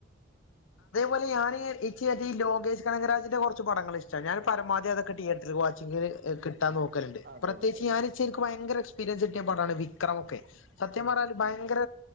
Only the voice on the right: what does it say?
<unintelligible>
അതെ
അതെ അതെ
ഉം